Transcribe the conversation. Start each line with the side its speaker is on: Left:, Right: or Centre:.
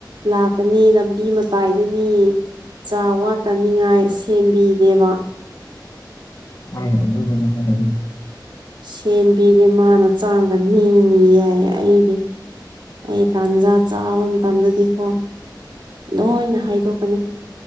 Right: ꯂꯥꯛꯀ ꯃꯤ ꯂꯝꯕꯤ ꯃꯇꯥꯏꯗꯅꯤ ꯆꯥ ꯋꯥꯠꯇꯅꯤꯡꯉꯥꯏ ꯁꯦꯝꯕꯤꯗꯦꯕ
Left: ꯑ ꯌꯥꯔ <unintelligible>
Right: ꯁꯦꯝꯕꯤꯔꯦ ꯃꯥꯅ ꯆꯥꯡꯒꯅꯤ ꯅꯤ ꯌꯥꯏ ꯑꯩꯗꯤ ꯑꯩ ꯇꯥꯟꯖꯥ ꯆꯥꯕ ꯃꯇꯝꯗꯗꯤꯀꯣ ꯂꯣꯏꯅ ꯍꯥꯏꯗꯣꯛꯀꯅꯤ